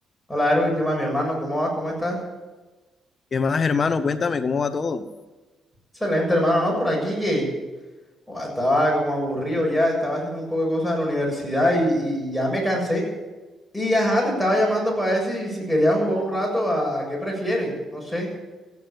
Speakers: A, in the centre; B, on the left.
A: Hola Erwin, ¿qué más, mi hermano? ¿Cómo vas? ¿Cómo estás?
B: ¿Qué más, hermano? Cuéntame cómo va todo.
A: Excelente, hermano, ¿no? Por aquí que ua, estaba como aburrido ya, estaba haciendo un poco de cosas de la universidad y, y ya me cansé. Y ajá, te estaba llamando para ver si, si querías jugar un rato a, a qué prefieres, no sé.